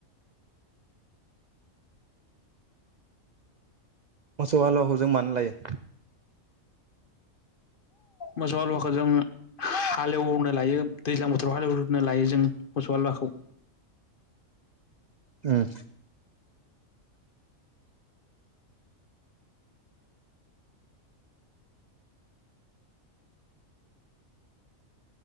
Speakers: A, on the right (about 60°); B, on the left (about 45°).
A: मोसौ हालुवाखौ जों मानो लायो?
B: मोसौ हालुवाखौ जों हालेवनो लायो दैज्लां बोथोराव हालेवननो लायो जों मोसौ हालुवाखौ
A: उम